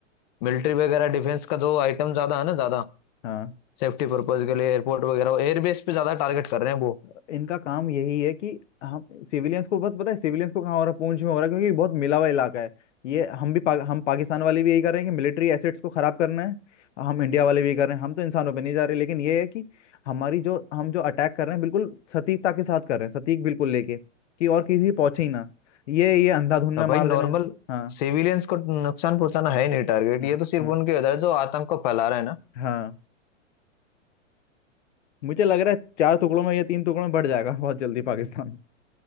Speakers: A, on the left; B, on the left.
A: मिलिट्री वगैरह डिफेंस का जो आइटम ज्यादा है ना ज्यादा
B: हाँ
A: सेफ्टी पर्पज के लिए एयरपोर्ट वगैरह एयरबेस पे ज्यादा टारगेट कर रहे हैं वो
B: तो इनका काम यही है कि हम सिविलियंस को बस पता है सिविलियंस को कहाँ हो रहा है पूंछ में हो रहा है क्योंकि ये बहुत मिला हुआ इलाका है ये हम भी पा, हम पाकिस्तान वाले भी यही कर रहे हैं कि मिलिट्री एसेट्स को खराब करना है हम इंडिया वाले भी यही कर रहे हैं हम तो इंसानों पे नहीं जा रहे लेकिन ये है कि हमारी जो हम जो अटैक कर रहे हैं बिल्कुल सटीकता के साथ कर रहे हैं सटीक बिल्कुल लेके कि और किसी पहुंचे ही ना ये ये अंधाधुंध में
A: अब
B: मार
A: भाई नॉर्मल
B: देना है हाँ
A: सिविलियंस को नुकसान पहुंचाना है ही नहीं टारगेट
B: हाँ
A: ये तो सिर्फ
B: हाँ
A: उनके उधर है जो आतंक को फैला रहे हैं ना
B: हाँ मुझे लग रहा है चार टुकड़ों में या तीन टुकड़ों में बढ़ जाएगा <laughs> बहुत जल्दी पाकिस्तान